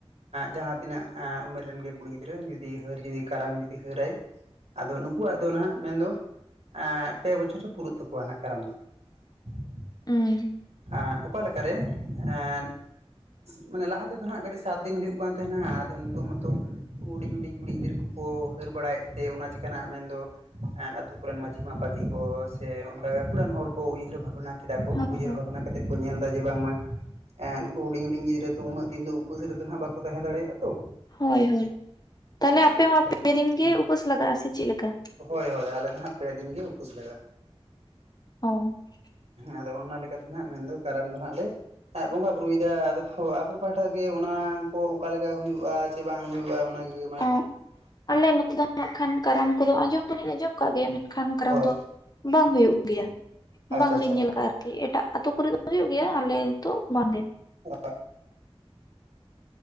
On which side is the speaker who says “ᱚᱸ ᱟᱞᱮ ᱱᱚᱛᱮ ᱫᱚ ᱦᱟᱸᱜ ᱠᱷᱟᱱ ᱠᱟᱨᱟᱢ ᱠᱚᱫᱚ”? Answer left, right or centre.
Left